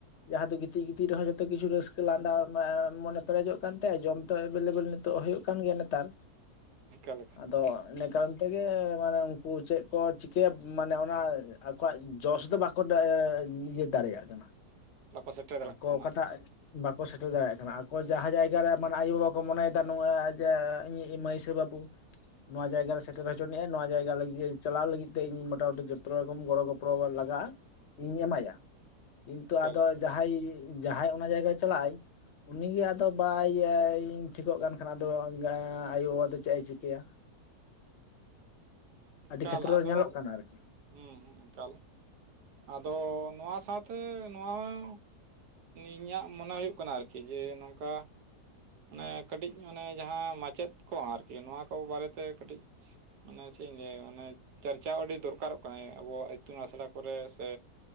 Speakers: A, on the left; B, on the right.
A: ᱡᱟᱦᱟᱸ ᱫᱚ ᱜᱤᱛᱤᱡ ᱜᱤᱛᱤᱡ ᱨᱮᱚᱸ ᱡᱚᱛᱚ ᱠᱤᱪᱷᱩ ᱨᱟᱹᱥᱠᱟᱹ ᱞᱟᱸᱫᱟ ᱮ ᱢᱚᱱᱮ ᱯᱮᱨᱮᱡᱚᱜ ᱠᱟᱱ ᱛᱟᱭᱟ ᱡᱚᱢ ᱛᱚ ᱮᱵᱮᱞᱮᱵᱮᱞ ᱱᱤᱛᱚᱜ ᱦᱩᱭᱩᱜ ᱠᱟᱱ ᱜᱮᱭᱟ ᱱᱮᱛᱟᱨ
B: ᱮᱠᱟᱞ
A: ᱟᱫᱚ ᱤᱱᱟ ᱠᱟᱨᱚᱱ ᱛᱮᱜᱮ ᱢᱟᱱᱮ ᱩᱱᱠᱩ ᱪᱮᱫ ᱠᱚ ᱪᱤᱠᱟᱹᱭᱟ ᱢᱟᱱᱮ ᱚᱱᱟ ᱟᱠᱚᱣᱟᱜ ᱡᱚᱥ ᱫᱚ ᱵᱟᱠᱚ ᱤᱭᱟᱹ ᱫᱟᱲᱮᱭᱟᱜ ᱠᱟᱱᱟ
B: ᱵᱟᱠᱚ ᱥᱮᱴᱮᱨ ᱫᱟᱲᱮᱭᱟᱜ
A: ᱟᱠᱚ
B: ᱠᱟᱱᱟ ᱚᱱᱟᱨᱮ
A: ᱚᱠᱟᱴᱟᱜ ᱵᱟᱠᱚ ᱥᱮᱴᱮᱨ ᱫᱟᱲᱮᱭᱟᱜ ᱠᱟᱱᱟ ᱟᱠᱚ ᱡᱟᱦᱟᱸ ᱡᱟ ᱡᱟᱸᱦᱟᱨᱮ ᱢᱟᱱᱮ ᱟᱭᱚᱼᱵᱟᱵᱟ ᱠᱚ ᱢᱚᱱᱮᱫᱟ ᱱᱚᱣᱟ ᱡᱮ ᱤᱧᱤᱡ ᱢᱟᱹᱭ ᱥᱮ ᱵᱟᱹᱵᱩ ᱱᱚᱣᱟ ᱡᱟᱭᱜᱟ ᱨᱮ ᱥᱮᱴᱮᱨ ᱦᱚᱪᱚ ᱱᱤᱜᱼᱟ ᱱᱚᱣᱟ ᱡᱟᱭᱜᱟ ᱞᱟᱹᱜᱤᱫ ᱪᱟᱞᱟᱣ ᱞᱟᱹᱜᱤᱫ ᱛᱮ ᱤᱧ ᱢᱚᱴᱟᱢᱩᱴᱤ ᱡᱚᱛᱚ ᱨᱚᱠᱚᱢ ᱜᱚᱲᱚ ᱜᱚᱯ ᱯᱚᱲᱚ ᱞᱟᱜᱟᱜᱼᱟ ᱤᱧᱤᱧ ᱮᱢᱟᱭᱟ ᱠᱤᱱᱛᱩ
B: ᱮᱠᱟᱞ
A: ᱟᱫᱚ ᱡᱟᱦᱟᱸᱭ ᱡᱟᱦᱟᱸᱭ ᱚᱱᱟ ᱡᱟᱭᱜᱟᱭ ᱪᱟᱞᱟᱜ ᱟᱭ ᱩᱱᱤᱜᱮ ᱟᱫᱚ ᱵᱟᱭ ᱤᱭᱟᱹ ᱴᱷᱤᱠᱚᱜ ᱠᱟᱱ ᱠᱷᱟᱱ ᱟᱫᱚ ᱟᱭᱳᱵᱟᱵᱟ ᱫᱚ ᱪᱮᱫ ᱮ ᱪᱤᱠᱟᱹᱭᱟ
B: ᱮᱠᱟᱞ
A: ᱟᱹᱰᱤ ᱠᱷᱮᱛᱨᱚ
B: ᱟᱫᱚ
A: ᱨᱮ ᱧᱮᱞᱚᱜ ᱠᱟᱱᱟ ᱟᱨᱠᱤ
B: ᱦᱮᱸ ᱮᱠᱟᱞ ᱟᱫᱚ ᱱᱚᱣᱟ ᱥᱟᱶᱛᱮ ᱱᱚᱣᱟ ᱦᱚᱸ ᱤᱧᱟᱹᱜ ᱢᱚᱱᱮ ᱦᱩᱭᱩᱜ ᱠᱟᱱᱟ ᱟᱨᱠᱤ ᱡᱮ ᱱᱚᱝᱠᱟ ᱢᱟᱱᱮ ᱠᱟᱹᱴᱤᱡ ᱢᱟᱱᱮ ᱡᱟᱦᱟᱸ ᱢᱟᱪᱮᱫ ᱠᱚ ᱟᱨᱠᱤ ᱱᱚᱣᱟ ᱠᱚ ᱵᱟᱨᱮᱛᱮ ᱠᱟᱹᱴᱤᱡ- ᱢᱟᱱᱮ ᱪᱮᱫ ᱤᱧ ᱞᱟᱹᱭᱟ ᱚᱱᱮ ᱪᱟᱨᱪᱟ ᱟᱹᱰᱤ ᱫᱚᱨᱠᱟᱨᱚᱜ ᱠᱟᱱᱟ ᱟᱵᱚᱣᱟᱜ ᱤᱛᱩᱱ ᱟᱥᱲᱟ ᱠᱚᱨᱮ ᱥᱮ